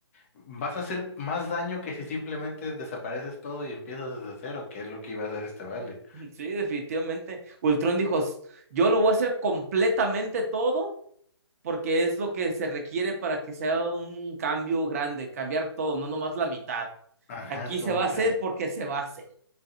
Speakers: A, on the left (about 30°); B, on the right (about 35°).
A: vas a hacer más daño que si simplemente desapareces todo y empiezas desde cero, que es lo que iba a hacer este vale.
B: <laughs> Sí, definitivamente. Ultron dijo, "S- yo lo voy a hacer completamente todo porque es lo que se requiere para que sea un cambio grande, cambiar todo, no nomás la mitad.
A: Ajá,
B: Aquí
A: es como
B: se va a hacer
A: que,
B: porque se va a hacer.